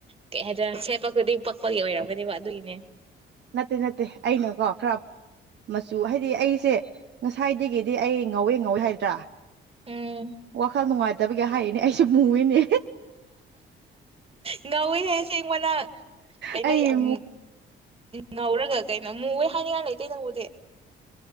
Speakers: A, on the right; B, on the right.
A: ꯀꯩ ꯍꯥꯏꯗꯅ ꯁꯦꯠꯄ ꯈꯨꯗꯤꯡ ꯄꯛꯄꯒꯤ ꯑꯣꯏꯔꯝꯒꯅꯦꯕ ꯑꯗꯨꯒꯤ
B: ꯅꯠꯇꯦ ꯅꯠꯇꯦ ꯑꯩꯅ ꯀꯣ ꯈꯔ ꯃꯆꯨ ꯍꯥꯏꯗꯤ ꯑꯩꯁꯦ ꯉꯁꯥꯏꯗꯒꯤꯗꯤ ꯑꯩ ꯉꯧꯋꯦ ꯉꯧꯋꯦ ꯍꯥꯏꯗ꯭ꯔꯥ
A: ꯎꯝ
B: ꯋꯥꯈꯜ ꯅꯨꯡꯉꯥꯏꯇꯕꯒꯤ ꯍꯥꯏꯌꯦꯅꯦ ꯑꯩꯁꯨ ꯃꯨꯏꯅꯦ
A: ꯉꯧꯋꯤ ꯍꯥꯏꯁꯦꯡꯕꯅ ꯀꯩꯅꯣ
B: ꯑꯩ
A: ꯌꯥꯝ ꯉꯧꯔꯒ ꯀꯩꯅꯣ ꯃꯨ ꯍꯣꯏ ꯍꯥꯏꯅꯤꯡꯉꯥꯏ ꯂꯩꯇꯩꯩꯅꯪꯉꯕꯨꯗꯤ